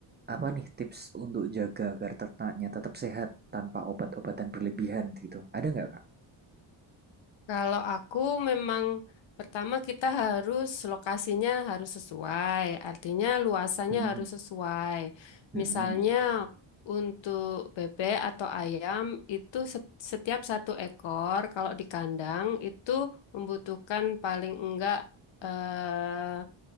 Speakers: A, on the right; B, on the left.
A: apa nih tips untuk jaga agar ternaknya tetap sehat tanpa obat-obatan berlebihan gitu? Ada nggak kak?
B: Kalau aku memang pertama kita harus lokasinya harus sesuai, artinya luasannya
A: Hmm,
B: harus sesuai.
A: hmm,
B: Misalnya
A: hmm.
B: untuk bebek atau ayam itu set- setiap satu ekor kalau di kandang itu membutuhkan paling enggak eh,